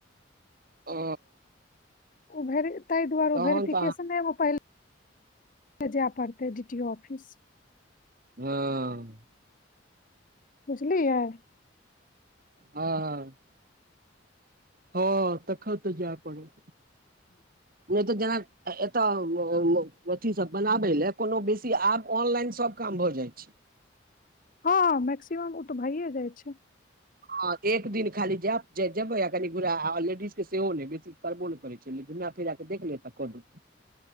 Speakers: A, on the right (about 50°); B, on the left (about 45°).
A: ओ
B: उ ताहि दुआरे
A: तहन
B: उ भेरिफिकेशने
A: तऽ
B: मे खुल ते जाय पड़तै डि टी ओ ऑफिस।
A: हँ
B: बुझलियै।
A: हँ- हँऽ--हँ तखन त जाय पड़त
B: <inaudible>
A: नै तऽ जेना एतय अ-अथी सब बनाबै लेए कोनो बेसी आब ऑनलाइन सब काम भऽ जाय छैय।
B: हँऽ हँ मेक्सिमम ओ तऽ भऽए जाय छैय
A: हँ एक दिन खाली जेब जेबै कनि बुरा लेडीज के सेहो नै बेसी करबो नै करय छैय घुमा फिरा के देख लिय त कोडु